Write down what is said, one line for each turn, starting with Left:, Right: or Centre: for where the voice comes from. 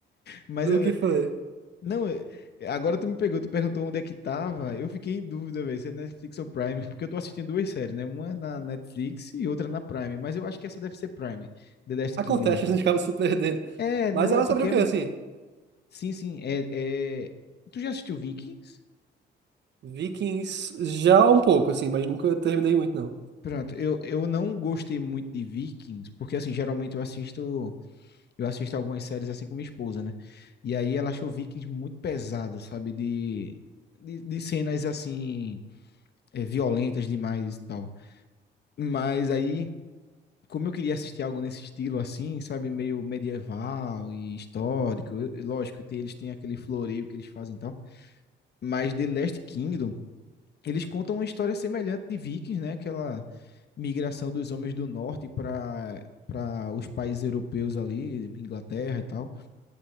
Left: Mas
Right: O
Left: eu-
Right: que foi?
Left: não, é, agora tu me pegou, tu perguntou onde é que tava. Eu fiquei em dúvida, velho, se é Netflix ou Prime, porque eu tô assistindo duas séries, né? Uma na Netflix e outra na Prime, mas eu acho que essa deve ser Prime, The Last
Right: Acontece,
Left: Kingdom.
Right: <laughs> a gente acaba se perdendo.
Left: É,
Right: Mas
Left: não,
Right: ela
Left: é porque
Right: é sobre o
Left: é,
Right: quê, assim?
Left: Sim, sim. É, é... Tu já assistiu Vikings?
Right: Vikings já um pouco, assim, mas nunca terminei muito, não.
Left: Pronto, eu, eu não gostei muito de Vikings, porque assim, geralmente eu assisto, eu assisto algumas séries assim com minha esposa, né? E aí ela achou Vikings muito pesado, sabe? De, de, de cenas assim, é, violentas demais e tal. Mas aí, como eu queria assistir algo nesse estilo assim, sabe? Meio medieval e histórico, eu- lógico, tem- eles têm aquele floreio que eles fazem e tal. Mas The Last Kingdom. eles contam uma história semelhante de Vikings, né? Aquela migração dos homens do norte para para os países europeus ali, Inglaterra e tal.